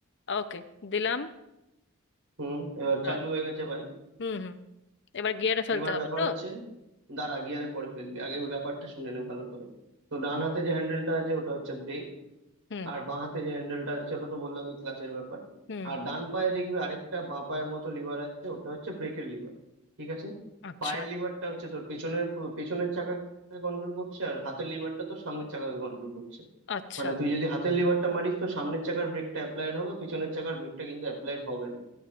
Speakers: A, on the left; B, on the right.
A: ওকে দিলাম
B: হুম এবার
A: ডান
B: চালু হয়ে গেছে বাইক
A: হুম হুম এবার গিয়ারে ফেলতে
B: এবার
A: হবে
B: ব্যাপার
A: তো
B: হচ্ছে দাঁড়া গিয়ারে পরে ফেলবি আগে ব্যাপারটা শুনে নে ভালো করে তো ডান হাতে যে হ্যান্ডেলটা আছে ওটা হচ্ছে ব্রেক
A: হুম
B: আর বাঁ হাতে যে হ্যান্ডেলটা আছে ওটা তো বললামই ক্লাচের ব্যাপার
A: হুম
B: আর
A: হুম।
B: ডান পায়ে দেখবি আরেকটা বাঁ পায়ের মতো লিভার আছে ওটা হচ্ছে ব্রেকের লিভার ঠিক আছে
A: আচ্ছা
B: পায়ের লিভারটা হচ্ছে তোর পেছনের পেছনের চাকাকে কন্ট্রোল করছে আর হাতের লিভারটা তো সামনের চাকাকে কন্ট্রোল করছে
A: আচ্ছা
B: মানে তুই যদি হাতের লিভারটা মারিস তো সামনের চাকার ব্রেকটা অ্যাপ্লাইড হবে পেছনের চাকার ব্রেকটা কিন্তু অ্যাপ্লাইড হবে না